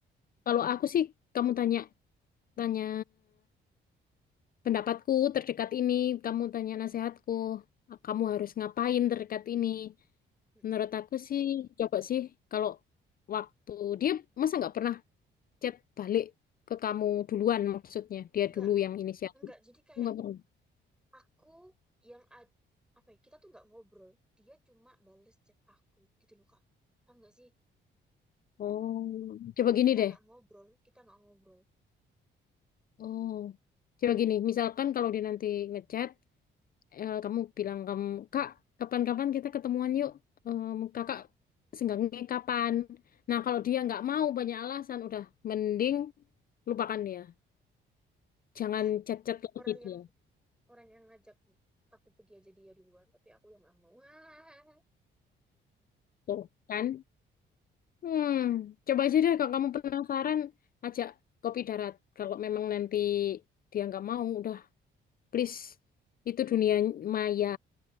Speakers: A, on the left; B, in the centre.
A: kalau aku sih, kamu tanya, tanya pendapatku terdekat ini, kamu tanya nasihatku, kamu harus ngapain terdekat ini.
B: Mm-mm.
A: Menurut aku sih, coba sih, kalau waktu dia masa nggak pernah chat balik ke kamu duluan maksudnya, dia
B: enggak
A: dulu yang inisiatif.
B: enggak jadi kayak
A: Nggak pernah.
B: aku yang ad- apa ya kita tuh nggak ngobrol dia cuma bales chat aku gitu loh kak Tahu nggak sih
A: Oh, coba gini
B: kita
A: deh.
B: nggak ngobrol kita nggak ngobrol
A: Oh, coba gini. Misalkan kalau dia nanti ngechat, eh, kamu bilang kamu kak kapan-kapan kita ketemuan yuk Em, kakak senggangnya kapan nah kalau dia nggak mau banyak alasan udah mending lupakan dia jangan
B: nah
A: chat-chat lagi
B: orang yang
A: dia
B: orang yang ngajak aku pergi aja dia duluan tapi aku yang nggak mau <laughs> Wah,
A: tuh kan hmm coba aja deh kalau kamu penasaran ajak kopi darat kalau memang nanti dia nggak mau udah please itu dunia maya